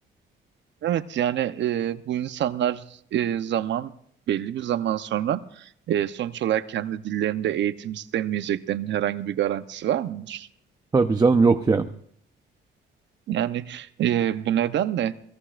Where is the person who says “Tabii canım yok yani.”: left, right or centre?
Right